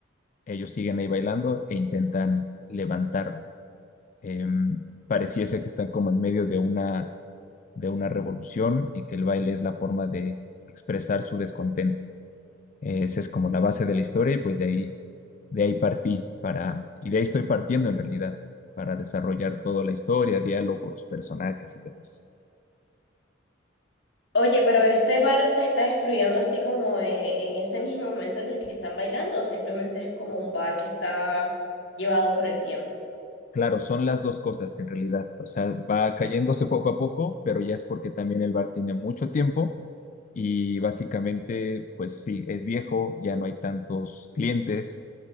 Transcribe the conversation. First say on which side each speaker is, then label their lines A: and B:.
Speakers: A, on the left (about 40°); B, on the left (about 75°).
A: ellos siguen ahí bailando e intentan levantarlo. Eh, pareciese que están como en medio de una, de una revolución y que el baile es la forma de expresar su descontento. Eh, Esa es como la base de la historia y pues de ahí, de ahí partí para, y de ahí estoy partiendo en realidad, para desarrollar toda la historia, diálogos, personajes y demás.
B: Oye, pero este bar se está destruyendo así como eh, en ese mismo momento en el que están bailando o simplemente es como un bar que está llevado por el tiempo.
A: Claro, son las dos cosas en realidad. O sea, va cayéndose poco a poco, pero ya es porque también el bar tiene mucho tiempo y básicamente, pues sí, es viejo, ya no hay tantos clientes,